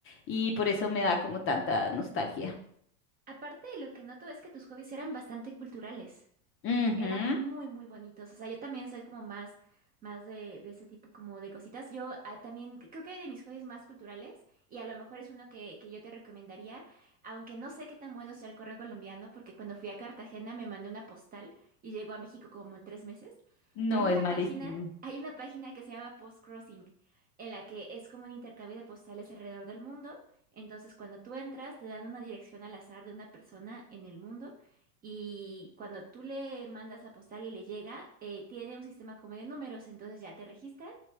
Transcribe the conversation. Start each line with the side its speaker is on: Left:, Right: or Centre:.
Left: y por eso me da como tanta nostalgia.
Right: Aparte de lo que noto es que tus hobbies eran bastante culturales.
Left: Ujú.
Right: Eran muy, muy bonitos. O sea, yo también soy como más, más de, de ese tipo como de cositas. Yo ah, también creo que hay de mis hobbies más culturales, y a lo mejor es uno que, que yo te recomendaría, aunque no sé qué tan bueno sea el correo colombiano, porque cuando fui a Cartagena me mandé una postal y llegó a México como en tres meses.
Left: No,
Right: Hay una
Left: es malísimo.
Right: página, hay una página que se llama Post Crossing, en la que es como un intercambio de postales alrededor del mundo. Entonces, cuando tú entras, te dan una dirección al azar de una persona en el mundo. Y cuando tú le mandas la postal y le llega, eh, tiene un sistema como de números, entonces ya te registran.